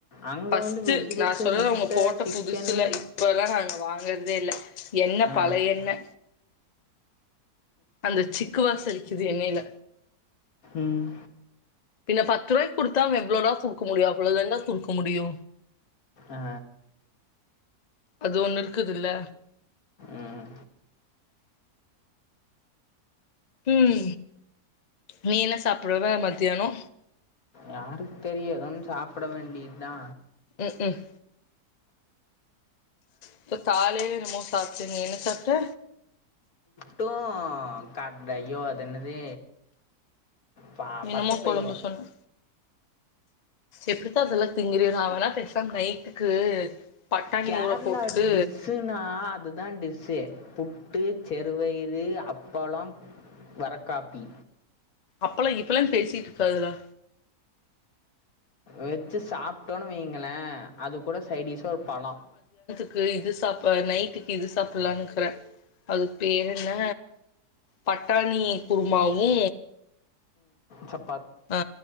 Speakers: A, on the left (about 60°); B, on the left (about 45°).
A: அங்க
B: ஃபஸ்ட்டு
A: வந்து வெஜ் பப்ஸு
B: நா சொல்றது
A: முட்டை
B: அவங்க போட்ட
A: சிக்கனு
B: புதுசுல இப்ப எல்லா நா அங்க வாங் கறதே இல்ல எண்ணெ
A: ஆ
B: பழைய எண்ணெ அந்த சிக் கு வாசோ அடிக் கிது எண்ணைல
A: ம்
B: பின்ன பத்து ரூவாய்க்கு குடுத்தா அவ எவ்ளோடா குடுக்க முடியு அவ்ளோதாண்டா குடுக்க முடியு
A: ஆ
B: அது ஒண்ணு இருக்குதில்ல
A: ம்
B: ம் நீ என்ன சாப்புடுவ மத்தியானோ?
A: யாருக்கு தெரியு? எதோன்னு சாப்பட வேண்டியதுதா
B: ம் ம் இப்ப காலைல என்னமோ சாப்ட்ட நீ என்ன சாப்ட்ட?
A: ட்டு கட்டயோ அதென்னது பா
B: நீ
A: பச்சப்பயிரு
B: என்னமோ கொழம்பு சொன்ன எப்டித்தா அதெல்லா திங்கிரியோ நா வேனா பேசாம நைட்டுக்கு பட்டாணி
A: கேரளா
B: ஊற போட்டுட்டு
A: டிஸ்ஸுன்னா அதுதா டிஸ்ஸு புட் டு செறுபயறு அப்பளோ வர காப்பி
B: அப்பள கிப்பளன்னு பேசிட்டு இருக்காதடா
A: வச்சு சாப்ட்டோன்னு வைங்களே அது கூட சைடீஸா ஒரு பழோ
B: க்கு இது சாப்ப நைட்டுக்கு இது சாப்பில்லானுக்கிறே அதுக்கு பேரு என்ன பட்டாணி குருமாவு
A: சப்
B: ஆ